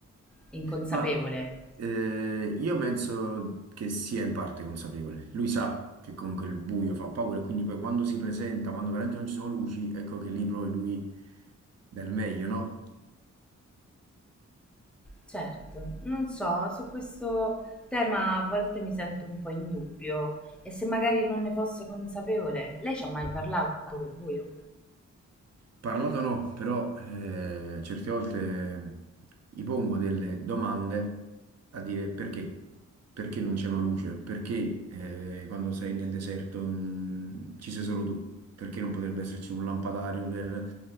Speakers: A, in the centre; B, on the right.
A: inconsapevole?
B: Ma eh, io penso che sia in parte consapevole. Lui sa che comunque il buio fa paura, quindi poi quando si presenta, quando veramente non ci sono luci, ecco che lì poi lui dà il meglio, no?
A: Certo, non so, su questo tema a volte mi sento un po' in dubbio e se magari non ne fosse consapevole, lei ci ha mai parlato col buio?
B: Parlato no, però eh, certe volte gli pongo delle domande a dire perché, perché non c'è una luce, perché eh, quando sei nel deserto mh, ci sei solo tu, perché non potrebbe esserci un lampadario per